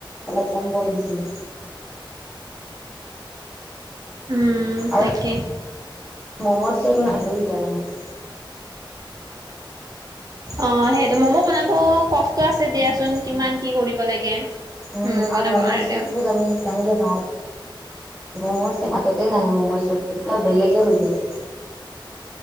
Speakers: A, in the centre; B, on the right (about 45°).
A: অলপ কম কমকে দিছিলো
B: উম
A: আৰু
B: তাকে
A: মমৰ চটটো <unintelligible> থাকে মোৰ
B: অ সেইটো মম' বনাব কষ্ট আছে দিয়াচোন কিমান কি কৰিব লাগে
A: উম
B: ম'ম'
A: আৰু
B: বনাব
A: মমৰ
B: কাৰণেও
A: চেপটো জানি জানিলে ভাল মমৰ সেপা টোৱে নাহে ম'মৰ সেপটো বেলেগে হৈ যায়